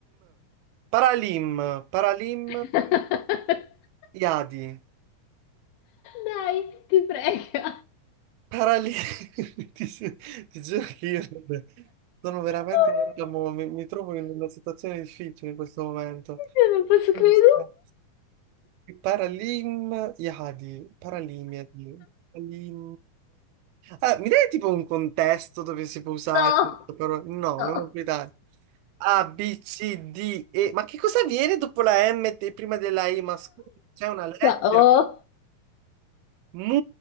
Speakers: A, on the right; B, on the left.
A: Paralim, Paralim,
B: <laughs>
A: Iadi.
B: Dai, ti prego.
A: Parali- <laughs> ti, gi- ti giuro che io sono veramente,
B: Oh mio Allora.
A: diciamo, mi, mi trovo in una situazione difficile in questo momento.
B: Dio. Io non posso
A: Allora,
B: credere.
A: aspetta. Paralim Yadi, Paralim Yadi, Paralim... Ah, mi dai tipo un contesto dove si può usare
B: No,
A: questa parola? No,
B: no.
A: non lo puoi dare. A, B, C, D, E. Ma che cosa viene dopo la M e prima della I? Ma scusa, c'è una lettera?
B: Oh.
A: Mu,